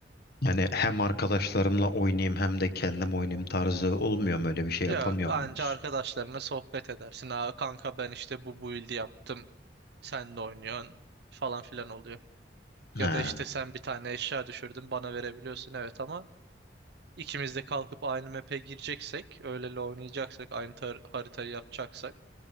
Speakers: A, on the left (about 60°); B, on the right (about 65°).
A: Yani hem arkadaşlarımla oynayayım hem de kendim oynayayım tarzı olmuyor mu öyle bir şey yapamıyor
B: Yok anca
A: muyuz?
B: arkadaşlarına sohbet edersin. Aa kanka ben işte bu build'i yaptım. Sen de oynuyorsun falan filan oluyor.
A: He.
B: Ya da işte sen bir tane eşya düşürdün bana verebiliyorsun evet ama ikimiz de kalkıp aynı map'e gireceksek, öyleli oynayacaksak, aynı tar- haritayı yapacaksak